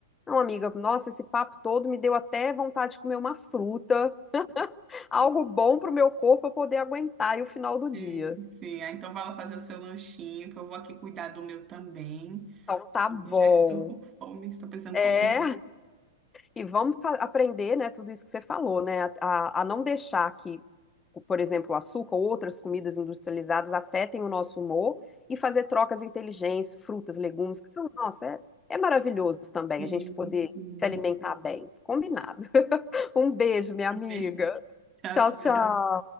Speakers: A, on the left (about 15°); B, on the right (about 25°).
A: Não, amiga, nossa, esse papo todo me deu até vontade de comer uma fruta, algo bom pro meu corpo pra poder aguentar aí o final do dia.
B: sim, sim. Ah, então vai lá fazer o seu lanchinho, que eu vou aqui cuidar do meu também,
A: Então tá
B: porque
A: bom.
B: já estou com fome, estou pensando
A: É.
B: como.
A: E vamos fa- aprender, né, tudo isso que você falou, né, a, a- a não deixar que, por exemplo, o açúcar ou outras comidas industrializadas afetem o nosso humor e fazer trocas inteligentes, frutas, legumes, que são, nossa, é, é maravilhoso também
B: Sim,
A: a gente poder
B: sim.
A: se alimentar bem. Combinado. <laughs> Um beijo, minha
B: <laughs>
A: amiga.
B: Tchau,
A: Tchau,
B: tchau.
A: tchau.